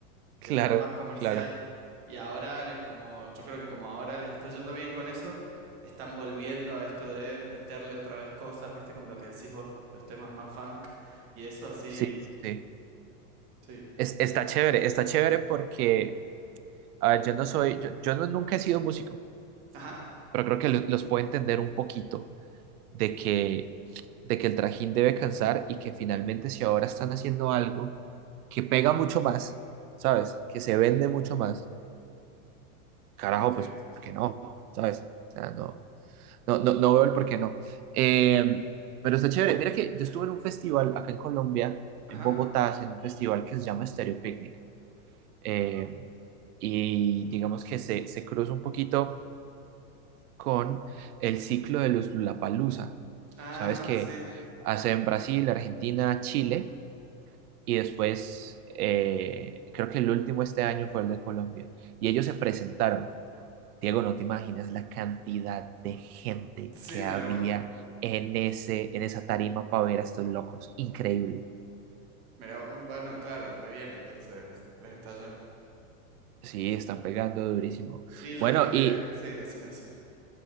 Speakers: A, on the right; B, on the right.
A: Claro,
B: que fuera más comercial.
A: claro.
B: Y ahora, ne- como yo creo que como ahora les está yendo bien con eso, están volviendo a esto de meterle otra vez cosas, viste, como lo que decís vos, los temas más funk y eso así,
A: Sí, sí, sí.
B: sí.
A: Es- está chévere, está chévere porque, a ver, yo no soy, yo, yo no, nunca he sido músico,
B: Ajá,
A: pero creo que lo- los puedo entender un poquito. de que, de que el trajín debe cansar y que finalmente si ahora están haciendo algo que pega mucho más, ¿sabes? Que se vende mucho más, carajo,
B: Sí.
A: pues, ¿por qué no? ¿Sabes? O sea, no, no, no, no veo el por qué no. Eh, pero está chévere. Mira que yo estuve en un festival acá en Colombia,
B: ajá,
A: en Bogotá, en un festival que se llama Stereo Picnic. Eh, y digamos que se, se cruza un poquito con el ciclo de los Lollapalooza.
B: ajá,
A: Sabes que
B: sí,
A: hacen Brasil, Argentina, Chile y después eh, creo que el último este año fue el de Colombia. Y ellos se presentaron. Diego, no te imaginas la cantidad de gente
B: sí,
A: que
B: mira
A: había
B: vos,
A: en ese, en esa tarima para ver a estos locos. Increíble.
B: mira vos, bueno, claro, re bien, entonces les está yendo.
A: Sí, están pegando durísimo.
B: Y yo
A: Bueno,
B: creo que,
A: y
B: sí, decime, decime.